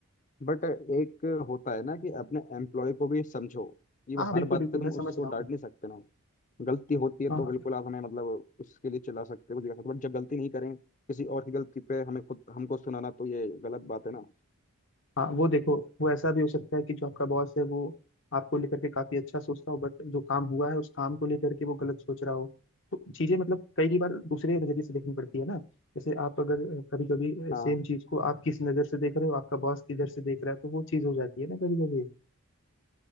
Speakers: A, on the left (about 35°); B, on the left (about 55°).
A: बट एक होता है ना कि अपने एम्प्लॉय को भी समझो ये वो
B: हाँ बिल्कुल
A: हर बात
B: बिल्कुल
A: पे तुम
B: मैं समझ
A: उसको
B: रहा
A: डांट
B: हूँ
A: नहीं सकते ना गलती होती है
B: हाँ
A: तो
B: हाँ
A: बिल्कुल आप हमें मतलब उसके लिए चिल्ला सकते हो कुछ कर सकते हो बट जब गलती नहीं करें किसी और की गलती पे हमें खुद हमको सुनाना तो ये गलत बात है ना
B: हाँ वो देखो वो ऐसा भी हो सकता है कि जो आपका बॉस है वो आपको लेकर के काफी अच्छा सोचता हो बट जो काम हुआ है उस काम को लेकर के वो गलत सोच रहा हो तो चीजें मतलब कई कई बार दूसरे नजरिए से देखनी पड़ती है ना जैसे आप अगर कभी कभी
A: हाँ
B: सेम चीज को आप किस नजर से देख रहे हो आपका बॉस किधर से देख रहा है तो वो चीज हो जाती है ना कभी कभी